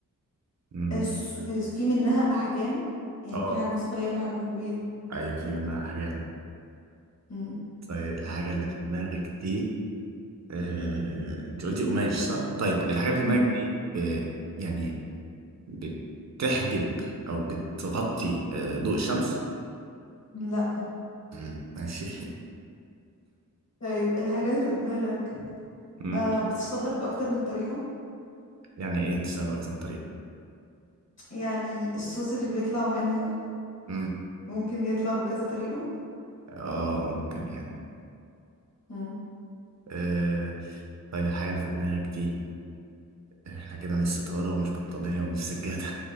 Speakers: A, on the right; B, on the left.
A: أمم،
B: الس- الس- في منها أحجام يعني
A: أه
B: في حجم صغير وحجم كبير
A: أيوه في منها أحجام
B: مم.
A: طيب الحاجة اللي في دماغك دي آه، انت قلتي قماش صح؟ طيب الحاجة اللي في دماغك
B: مم.
A: دي ب... يعني بتحجب او بتغطي آه، ضوء الشمس؟
B: لا
A: مم، ماشي
B: طيب الحاجة اللي في دماغك
A: <laughs> مم.
B: آه بتشتغل بأكتر من طريقة
A: يعني ايه تشتغل اكتر من طريقة؟
B: يعني الصوص اللي بيطلع منها
A: مم.
B: ممكن يطلع بكذا طريقة
A: اه ممكن يعني
B: مم.
A: آه، طيب الحاجة اللي في دماغك دي احنا كده مش ستارة ومش بطانية ومش سجادة